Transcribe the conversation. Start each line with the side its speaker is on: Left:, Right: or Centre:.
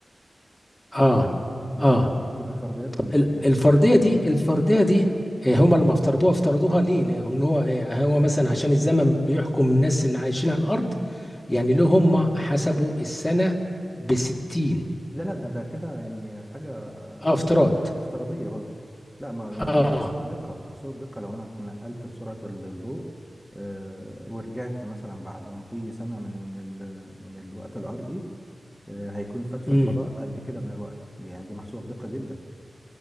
Left: اه
Centre: يعني
Left: اه
Centre: بتبقى فرضيات بالشكل
Left: ال- الفرضيه
Centre: ده
Left: دي الفرضيه دي آه، هما لما افترضوها افترضوها ليه؟ لان هو آه، هو مثلا عشان الزمن بيحكم الناس اللي عايشين على الارض يعني ليه هما حسبوا السنه ب 60
Centre: لا لا ده ده كده يعني حاجة
Left: اه افتراض
Centre: افتراضية برضو لا ما هي يعني
Left: اه
Centre: هي محسوبة بدقة محسوبة بدقة لو أنا اتنقلت بسرعة الضوء آه، ورجعت مثلا بعد مضي سنة من من ال- من الوقت الأرضي آه، هيكون فات في
Left: امم
Centre: الفضاء قد كده من الوقت يعني دي محسوبة بدقة جدا